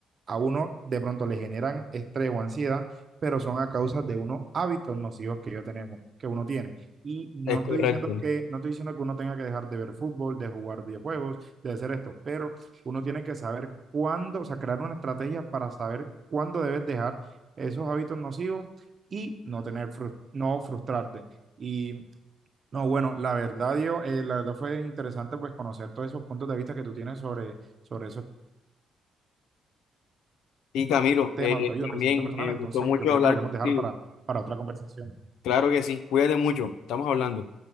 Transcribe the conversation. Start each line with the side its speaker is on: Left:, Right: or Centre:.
Right: a uno de pronto le generan estrés o ansiedad, pero son a causa de unos hábitos nocivos que yo tenemos, que uno tiene. Y no
Left: Es correcto.
Right: estoy diciendo que, no estoy diciendo que uno tenga que dejar de ver fútbol, de jugar videojuegos, de hacer esto, pero uno tiene que saber cuándo, o sea, crear una estrategia para saber cuándo debes dejar esos hábitos nocivos y no tener, frus- no frustrarte. Y no, bueno, la verdad, Diego, eh, la verdad fue interesante pues conocer todos esos puntos de vista que tú tienes sobre, sobre esos
Left: Y Camilo,
Right: temas,
Left: eh,
Right: autoayuda,
Left: también
Right: crecimiento personal.
Left: me
Right: Entonces,
Left: gustó mucho
Right: yo creo
Left: hablar
Right: que lo podemos
Left: contigo.
Right: dejar para, para otra conversación.
Left: Claro que sí, cuídate mucho, estamos hablando.